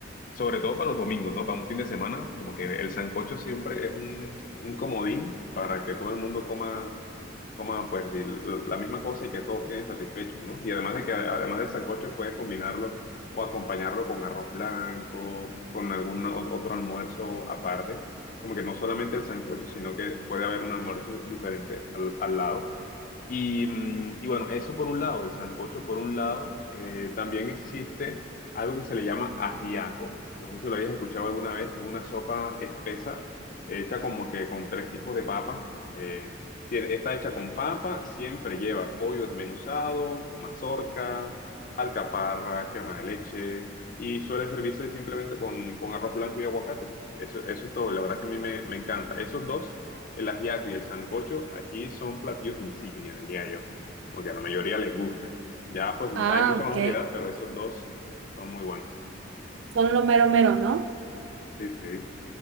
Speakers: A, on the left; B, on the right.
A: sobre todo para los domingos, ¿no? Para un fin de semana, como que el sancocho siempre es un, un comodín para que todo el mundo coma, coma pues el- la misma cosa y que todos queden satisfechos, ¿no? Y además de que además del sancocho puedes combinarlo o acompañarlo con arroz blanco, con algún o- otro almuerzo aparte, como que no solamente el sancocho, sino que puede haber un almuerzo diferente al, al lado. Y, mm, y bueno, eso por un lado, el sancocho por un lado. Eh, también existe algo que se le llama ajiaco. No sé si lo hayas escuchado alguna vez, que es una sopa espesa hecha como que con tres tipos de papa. Eh, tiene- está hecha con papa, siempre lleva pollo desmenuzado, mazorca, alcaparra, crema de leche y suele servirse simplemente con, con arroz blanco y aguacate. Eso, eso es todo. La verdad que a mí me, me encanta. Esos dos el ajiaco y el sancocho aquí son platillos insignia, diría yo, porque a la mayoría les gusta. Ya pues
B: Ah,
A: hay mucha
B: ok,
A: más variedad, pero esos dos son muy buenos.
B: son lo mero mero, ¿no?
A: Sí, sí,